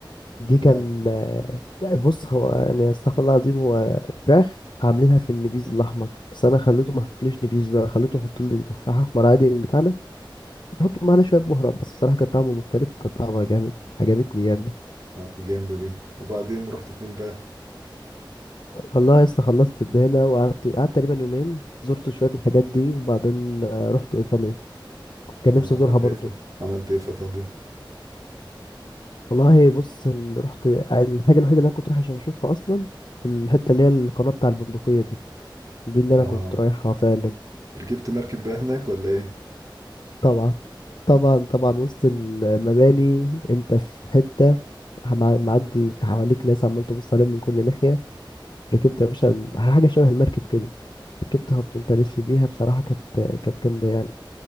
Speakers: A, on the left; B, on the right.
A: دي
B: آه
A: كان آه، بص هو يعني استغفر الله العظيم هو فراخ عاملينها في النبيذ الأحمر بس أنا خليته ما يحطليش نبيذ بقى خليته يحط لي تفاحة أحمر عادي من بتاعنا يحطوا معاها شوية بهارات بس بصراحة كان طعمه مختلف وكان طعمها جامد عجبتني يعني
B: آه جامدة دي وبعدين رحت فين بقى
A: والله لسه خلصت الدهنة وقعدت قعدت تقريبا يومين زرت شوية الحاجات دي وبعدين آه، رحت إيطاليا كان
B: آه
A: نفسي
B: عملت
A: أزورها برضو
B: إيه في عملت إيه في إيطاليا
A: والله بص ال- رحت الحاجة الوحيدة اللي أنا كنت رايح عشان أشوفها أصلا الحتة اللي هي القناة بتاع البندقية دي دي اللي
B: آه
A: أنا كنت رايحها فعلا
B: ركبت مركب بقى هناك ولا إيه
A: طبعا طبعا طبعا وسط المباني أنت في حتة مع- معدي حواليك ناس عمال تبص عليهم من كل ناحية ركبت يا باشا ال- حاجة شبه المركب كده ركبتها وفضلت ألف بيها بصراحة كانت كانت جامدة يعني